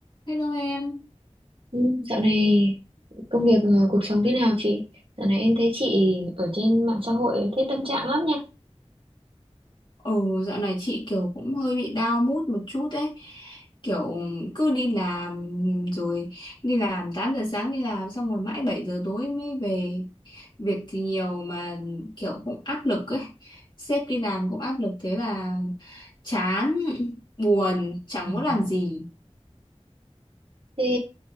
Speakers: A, on the left; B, on the right.
A: Hello em.
B: Ừ, Dạo này công việc ờ, cuộc sống thế nào chị? Dạo này em thấy chị ở trên mạng xã hội thấy tâm trạng lắm nha.
A: Ừ, dạo này chị kiểu cũng hơi bị down mood một chút ấy. Kiểu cứ đi làm rồi đi làm 8 giờ sáng đi làm xong rồi mãi 7 giờ tối mới về. Việc thì nhiều mà kiểu cũng áp lực ấy. Sếp đi làm cũng áp lực thế là chán, buồn, chẳng
B: Ừ.
A: muốn làm gì.
B: Thế